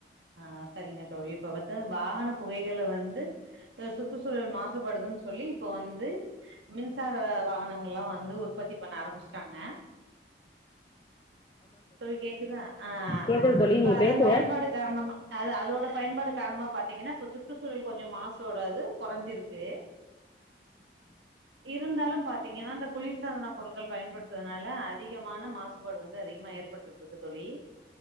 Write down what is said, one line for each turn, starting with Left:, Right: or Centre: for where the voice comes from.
Right: அ சரிங்க தோழி இப்ப பாத்தா வாகன புகைகள வந்து சுற்று சூழல் மாசுபடுதுன்னு சொல்லி இப்போ வந்து மின்சார வாகனங்கள்ல்லா வந்து உற்பத்தி பண்ண ஆரம்பிச்ட்டாங்க தோழி கேக்குதா அ அ
Left: கேக்குது தோழி
Right: இப்ப
Left: நீங்க
Right: அதன்
Left: பேசுங்க
Right: பயன்பாடு காரணமா அது அதோட பயன்பாடு காரணமா பாத்தீங்கன்னா இப்ப சுற்றுசூழல் கொஞ்சோ மாசு ஓடாது கொறஞ்சிருக்கு இருந்தாலும் பாத்தீங்கன்னா இந்த குளிர்சாதன பொருட்கள் பயன்படுத்துதுனால அதிகமான மாசுபாடு வந்து அதிகமா ஏற்பட்டு <unintelligible> தோழி